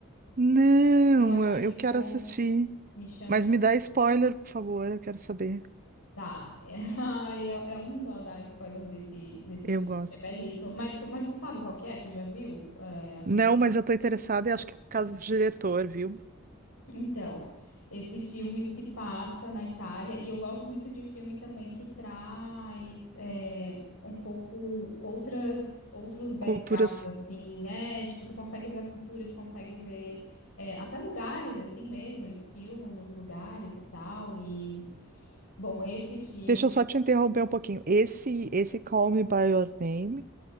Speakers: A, on the right (about 40°); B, on the left (about 70°).
A: Não,
B: eu acho que ficou,
A: eu eu quero assistir.
B: me chame,
A: Mas me dá spoiler, por favor, eu quero saber.
B: tá, é, <laughs> ai, é, é um dó dar spoiler desse, desse
A: Eu
B: filme,
A: gosto.
B: que é belíssimo, mas tu, mas tu sabe qual que é, tu já viu, É, assim,
A: Não, mas eu tô interessada e acho que é por causa do diretor, viu?
B: Então, esse filme se passa na Itália e eu gosto muito de filme também que traz é, um pouco outras outros backgrounds
A: Culturas.
B: assim, é tipo tu consegue ver a cultura, tu consegue ver é, até lugares assim mesmo, eles filmam nos lugares e tal e bom, esse filme
A: Deixa eu só te interromper um pouquinho. Esse, esse Call Me By Your Name.